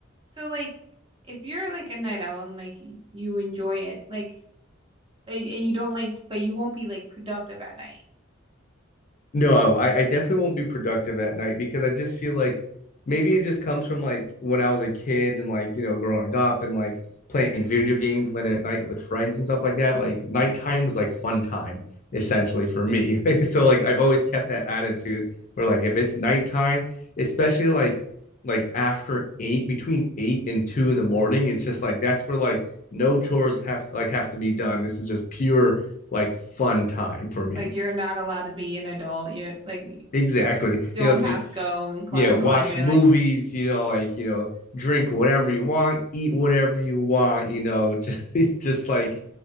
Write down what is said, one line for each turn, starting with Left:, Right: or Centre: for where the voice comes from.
Right: So like if you're like a night owl and like you enjoy it, like like and you don't like but you won't be like productive at night.
Left: No, I, I definitely won't be productive at night because I just feel like maybe it just comes from like when I was a kid and like, you know, growing up and like playing video games late at night with friends and stuff like that. Like nighttime was like fun time essentially for me. <laughs> So like I've always kept that attitude where like if it's nighttime, especially like like after eight, between eight and two in the morning, it's just like that's where like no chores have like have to be done. This is just pure like fun time for me.
Right: Like you're not allowed to be an adult. You're like
Left: Exactly.
Right: don't
Left: You know,
Right: pass
Left: you
Right: go and collect
Left: yeah, watch
Right: 200.
Left: movies,
Right: Like
Left: you know, like, you know, drink whatever you want, eat whatever you want, you know, <laughs> just, just like